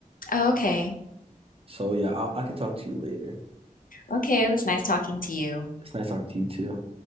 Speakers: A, on the left (about 70°); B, on the right (about 40°).
A: Oh, okay.
B: So yeah, I, I could talk to you later.
A: Okay, it was nice talking to you.
B: It's nice talking to you too.